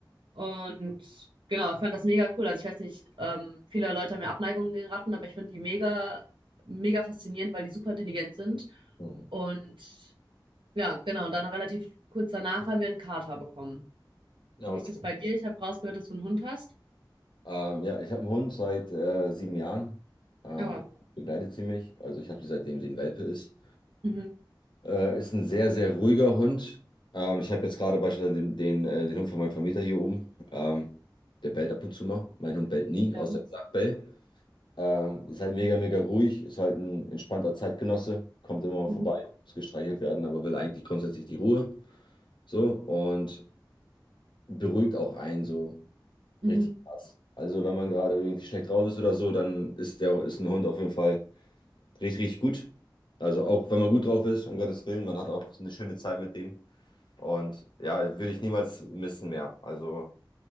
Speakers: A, on the right (about 85°); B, on the left (about 70°).
A: Und genau, ich fand das mega cool. Also ich weiß nicht, ähm, viele Leute haben ja Abneigungen gegen Ratten, aber ich fand die mega, mega faszinierend, weil die super intelligent sind.
B: Hm.
A: Und ja, genau, und dann relativ kurz danach haben wir einen Kater bekommen.
B: Ja,
A: Wie
B: okay.
A: ist das bei dir? Ich habe rausgehört, dass du einen Hund hast.
B: Ähm, ja, ich habe einen Hund seit äh, sieben Jahren. Ähm,
A: Aber.
B: be- begleitet sie mich. Also ich habe sie seitdem sie ein Welpe ist.
A: Mhm.
B: Äh, ist ein sehr, sehr ruhiger Hund. Ähm, ich habe jetzt gerade beispielsweise den, den, äh, den Hund von meinem Vermieter hier oben. Ähm, der bellt ab und zu mal. Mein Hund bellt nie,
A: Ja.
B: außer ich sage Bell. Ähm, ist halt mega, mega ruhig, ist halt ein entspannter Zeitgenosse, kommt immer mal
A: Mhm.
B: vorbei, muss gestreichelt werden, aber will eigentlich grundsätzlich die Ruhe. So und beruhigt auch einen so
A: Mhm.
B: richtig krass. Also, wenn man gerade irgendwie schlecht drauf ist oder so, dann ist der, ist ein Hund auf jeden Fall richtig, richtig gut. Also, auch wenn man gut drauf ist, um Gottes Willen, man hat auch eine schöne Zeit mit dem. Und ja, würde ich niemals missen mehr. Also,